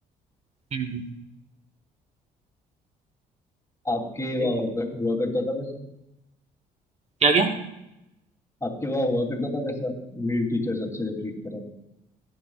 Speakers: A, on the right; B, on the left.
A: हम्म
B: आपके वहाँ
A: हम्म।
B: हुआ कर- हुआ करता था वैसा
A: क्या क्या
B: आपके वहाँ हुआ करता था वैसा मेल टीचर्स अच्छे से ट्रीट करा